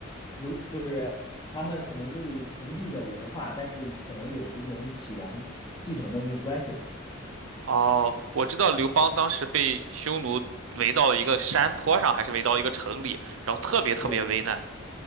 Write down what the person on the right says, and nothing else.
哦，我知道刘邦当时被匈奴围到了一个山坡上，还是围到一个城里，然后特别特别危难。